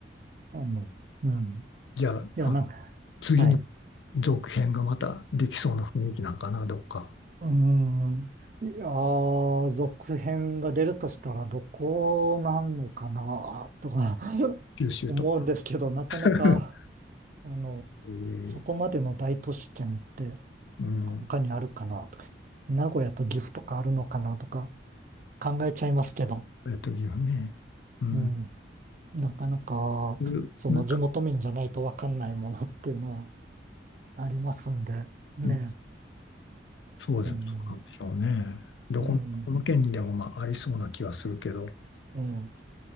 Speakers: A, on the right; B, on the left.
A: あの、うん。
B: じゃあ、
A: いや、
B: あ、
A: なんか、
B: 次に
A: はい。う
B: 続編がまたできそうな雰囲気なんかな、どっか。
A: ーん。いやー、続編が出るとしたらどこなのかな、とか <laughs>
B: 九州とか。
A: 思うんですけど、なかなか、
B: <laughs>
A: あの、
B: えー、
A: そこまでの大都市圏って、
B: うん。
A: 他にあるかなとか、名古屋と岐阜とかあるのかなとか考えちゃいますけど、
B: えっと、岐阜ね。うん。
A: うん。なかなか、
B: そういう、
A: その地元民じゃないとわかんないものっていうのは
B: なんか、
A: ありますんで、ね。
B: うんそうです。
A: うん。
B: そうなんでしょうね。どこ、
A: うん。
B: この県にでもまあありそうな気はするけど。
A: ええ。